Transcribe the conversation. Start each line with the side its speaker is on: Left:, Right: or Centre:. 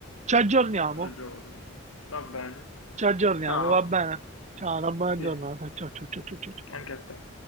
Right: ci aggiorniamo.
Left: un altro giorno. Va bene.
Right: Ci aggiorniamo,
Left: Ciao.
Right: va bene? Ciao, una buona
Left: Sì,
Right: giornata. Ciao, ciao, ciao, ciao, ciao. ciao.
Left: anche a te.